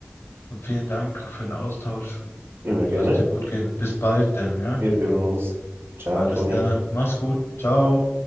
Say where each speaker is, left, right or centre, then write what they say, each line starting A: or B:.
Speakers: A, on the left (about 85°); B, on the right (about 80°).
A: vielen Dank für den Austausch
B: immer
A: und
B: gerne.
A: lass dir gut gehen. Bis bald denn, ja.
B: Wir hören uns. Ciao,
A: Alles
B: Toni.
A: klar. Mach's gut. Ciao.